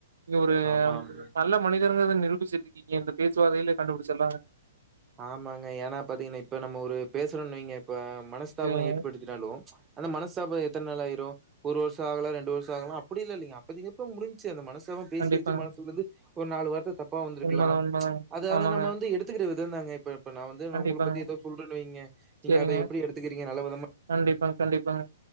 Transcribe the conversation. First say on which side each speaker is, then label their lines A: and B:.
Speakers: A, on the right; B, on the right.
A: நீ ஒரு
B: ஆமாம்.
A: நல்ல மனிதர் வது நிரூபிச்சி திட்டிங்க இந்த பேச்சுவாகையிலே கண்டுபிடிச்சுருல்லா
B: ஆமாங்க ஏன்னா பாத்தீங்கன்னா இப்ப நம்ம ஒரு பேசுரோன் வெயிங்க இப்ப மனஸ்தாபம்
A: சரிங்க.
B: ஏற்படுத்தினாலு அந்த மனஸ்தாபம் எத்துன் நாள் ஆயிரு ஒரு வருஷம் ஆகுலா ரெண்டு வருஷம் ஆகுலா அப்டியில்லா இல்லிங்க அப்பதிகப்ப முடிஞ்சு அந்த மனஸ் த்துவம் பேசியாச்சு
A: கண்டிப்பாங்க.
B: மனசுல்லுது ஒரு நாலு வார்த்த தப் ப்பா வந்திருக்குலாம்
A: உண்மதான் உண்மதாங்க.
B: அதாவது
A: ஆமாங்க.
B: நம்ம வந்து எடுத்துக்கிறது இதுனாங்க இப்ப இப்ப நா வந்து நா
A: கண்டிப்பாங்க.
B: உங்குளை பத்தி எதாவுது சொல்றேன் வெயிங்க நீங்க
A: சரிங்க.
B: அதை எப்டி எடுத்துக்கிறீங்க நல்ல விதமா
A: கண்டிப்பா கண்டிப்பாங்க